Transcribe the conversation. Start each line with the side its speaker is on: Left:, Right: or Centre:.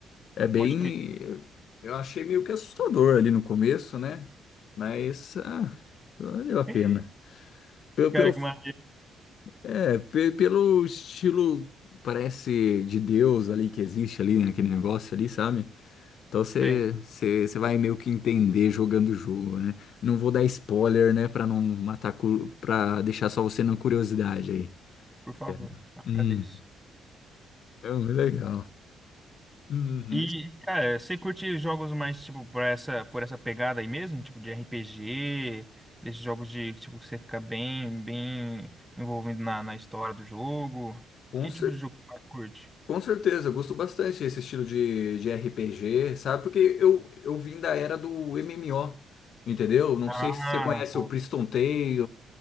Left: É bem.
Centre: pode crer.
Left: Eu achei meio que assustador ali no começo, né? Mas ah, valeu
Centre: <laughs>
Left: a pena. Pelo,
Centre: Cara,
Left: pelo
Centre: que maravilha.
Left: É, pe- pelo estilo, parece de Deus ali que existe ali, né, naquele negócio ali, sabe? Então você
Centre: Sei,
Left: você você vai meio que entender jogando o jogo, né? Não vou dar spoiler, né, pra não matar, cu- pra deixar só você na curiosidade aí.
Centre: por favor,
Left: É.
Centre: agradeço.
Left: Hum, é muito legal. Uhum.
Centre: E, cara, você curte jogos mais, tipo, por essa, por essa pegada aí mesmo? Tipo, de RPG, desses jogos de, tipo, que você fica bem, bem envolvido na, na história do jogo?
Left: Com
Centre: Que
Left: certeza.
Centre: tipo de jogo que você mais curte?
Left: Com certeza, eu gosto bastante desse estilo de, de RPG, sabe? Porque eu, eu vim da era do MMO, entendeu? Não
Centre: Ah,
Left: sei se você conhece
Centre: pô,
Left: o Priston Tale,